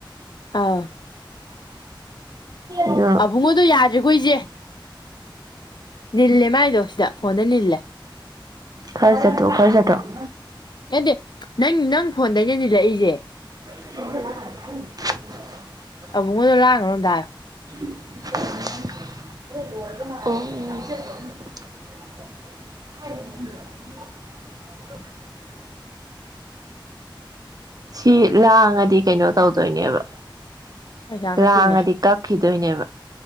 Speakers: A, on the left; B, on the right.
A: ꯑꯥ ꯑꯕꯨꯡꯉꯣꯗꯨ ꯌꯥꯠ
B: ꯑꯗꯨ
A: ꯍꯧꯖꯤꯛ ꯑꯩꯈꯣꯏꯁꯦ <unintelligible> ꯅꯤꯜꯂꯦ ꯃꯥꯥꯏꯗꯣ ꯁꯤꯗ ꯐꯣꯟꯗ ꯅꯤꯜꯂꯦ
B: ꯈꯔ ꯆꯠꯇꯣꯛꯑꯣ ꯈꯔ ꯆꯠꯇꯣꯛꯑꯣ
A: ꯅꯠꯇꯦ ꯅꯪ ꯅꯪ ꯐꯣꯟꯗꯩꯅꯦ ꯅꯤꯜꯂꯛꯏꯁꯦ
B: <unintelligible> <inaudible>
A: ꯑꯕꯨꯨꯡꯉꯣꯗꯣ ꯂꯥꯡꯒꯅꯣ ꯑꯝꯇꯥ ꯍꯥꯢꯌꯣ
B: ꯥ <unintelligible> ꯁꯤ ꯂꯥꯡꯉꯗꯤ ꯀꯩꯅꯣ ꯇꯧꯗꯣꯏꯅꯦꯕ
A: ꯄꯩꯁꯥ ꯀꯛꯇꯣꯏꯅꯦ
B: ꯂꯥꯡꯉꯗꯤ ꯀꯛꯈꯤꯗꯣꯏꯅꯦꯕ